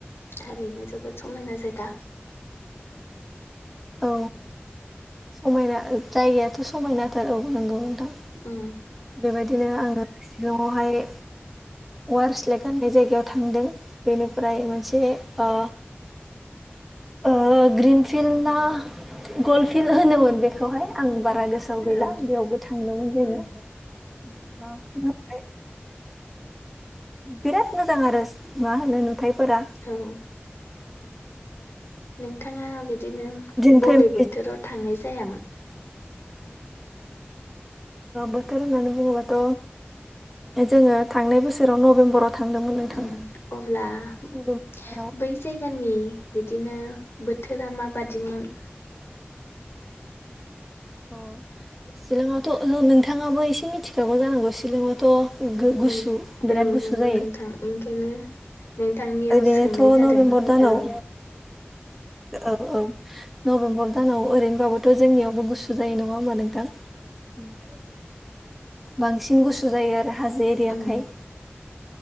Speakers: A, on the left; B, in the centre.
A: थारैनो जोबोद समायना जायगा।
B: औ समायना जायगायाथ' समायनाथार औ नंगौ नोंथां।
A: उम।
B: बेबायदिनो आङो शिलंआवहाय वार्स लेग होननाय जायगायाव थांदों बेनिफ्राय मोनसे ओ ओ ग्रिन फिल्ड ना गल्ड फिल्ड होनोमोन बेखौहाय आं बारा गोसो आव गैला
A: औ
B: बेयावबो थांदोंमोन जोङो।
A: उम
B: बिराद मोजां आरो मा होनो नुथायाइफोरा।
A: औ नोंथाङा बिदिनो
B: जों
A: बबे
B: फेमिलि
A: बोथोराव थांनाय जायामोन?
B: बोथोर होननानै बुङोबाथ' जोङो थांनाय बोसोराव नभेम्बराव थांदोंमोन नोंथां
A: उम अब्ला बै
B: नभेम्बर दानाव
A: बे जायगानि बिदिनो बोथोरा माबादिमोन?
B: अ सिलंआवथ' नोंथाङाबो एसे मिथिखागौ जानांगौ सिलंआवथ' गो गुसु
A: नों
B: बिराद
A: औ
B: गुसु
A: नंगौ
B: जायो।
A: नोंथां ओंखायनो नोंथांनियाव
B: ओरैनोथ'
A: सोंनाय जादों
B: नभेम्बर दानाव
A: औ
B: औ औ नभेम्बर दानाव ओरैनोबाबोथ' जोंनियावबो गुसु जायो नङा होमबा नोंथां? ओं बांसिन गुसु जायो आरो हाजो एरियाखाय।
A: उम